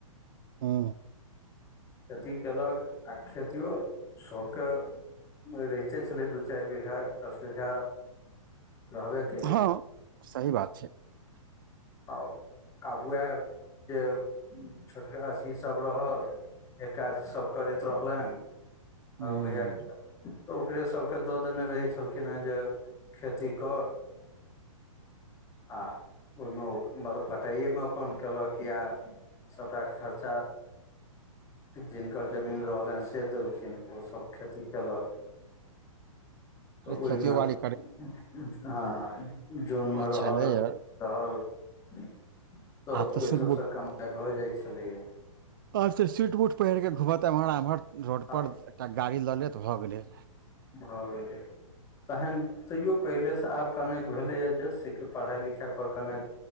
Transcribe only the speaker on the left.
खेती केलक आ खेतिओ सभके। रहिते छलै दू चारि बीघा दस बीघा रहबे। केलै
आ आब उएह जे छोटका अथी सभ रहल जे काज सभ करैत रहलनि
आ उएह तऽ ओकरे सबके दऽ देने रहै छलखिन हँ जे खेती कर। आ। ओहिमे मब बटाइएमे अपन केलक या सभटााक खर्चा जिनकर जमीन रहलनि से देलखिन ओसभ खेती कयलक
ओहिमे
हँ जनमे
रहल
रहल तऽ
ओहि
सभसँ कमाइ भऽ जाइत छलैए।
आब
भऽ गेल। तहन तैयो पहिलेसँ आब कनेक भेलैए जे से कि पढ़ाइ लिखाइपर कनेक